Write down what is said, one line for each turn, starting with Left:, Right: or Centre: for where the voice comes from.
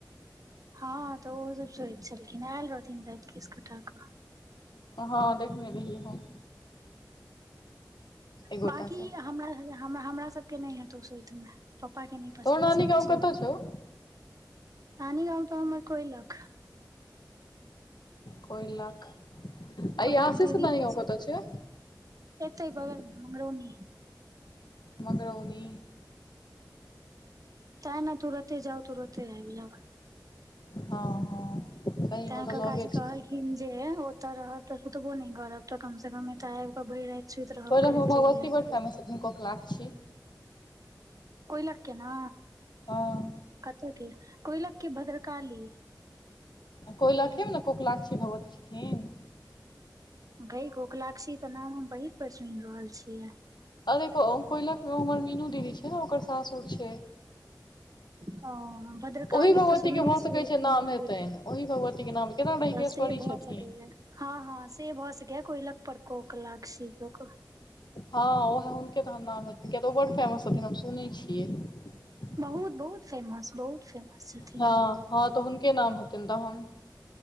Right: हँ तऽ ओहो सब सोइत छलै। इ न आयल रहथिन राइत केश कटा क।
Left: हँ देखने रहियै हम। एक गोटा
Right: बांकी
Left: के
Right: हमरा, हमरा सबके नहि हेतौ सोइत। पप्पा के नहि पसन्द
Left: तोहर नानी
Right: छै
Left: गाँव
Right: सोइत।
Left: कतऽ छौ
Right: नानीगाँव तऽ हमर कोइलख।
Left: कोइलख। आ
Right: कोइलक
Left: ई आशीष
Right: देवी
Left: के नानी
Right: त।
Left: गाँव कतऽ छै
Right: तै बगल मंगरौनी।
Left: मगरौनी।
Right: ताय ने तूरते जाउ, तूरते आबि जाउ।
Left: हँ हँ। सहीमे
Right: तैं
Left: ओ तऽ
Right: ककाजी
Left: लगे
Right: कहलखिन
Left: छै
Right: जे ओतऽ रहब तऽ। तबो न करब तऽ कम से कम एतऽ आबिऽ भरि राइत। सुइत रहब,
Left: कोइलख
Right: कल्हि
Left: मे भगवती
Right: चइल जैब।
Left: बड फेमस छथिन कोकलाक्षी
Right: कोइलख के न।
Left: हँ
Right: कत्तके, कोइलख के भद्रकाली।
Left: कोइलखे में ने कोकलाक्षी भगवती छथिन।
Right: भई, कोकलाक्षी तऽ नाम हम पहिल पर सुनि रहल छियै।
Left: अरे कोइलख में हमर मीनू दीदी छै ओकर सासुर छै।
Right: हां। भद्रकाली
Left: ओहि भगवती
Right: तऽ सुनने
Left: के भऽ
Right: छियै
Left: सकै छै नाम
Right: मन्दिर
Left: हेतनि ओहि भगवती के नाम केना रहिकेश्वरी
Right: से भऽ
Left: छथिन
Right: सकैैय। हँ हँ से भ सकैये कोइलख पर कोकलाक्षी क के।
Left: हँ ओह हुनके तहन नाम हेतै, किय तऽ ओ वर्ल्ड फेमस छथिन हम सुनै छियै।
Right: बहुत -बहुत फेमस, बहुत फेमस। छथिन
Left: हँ हँ तऽ हुनके नाम हेथिन तहन।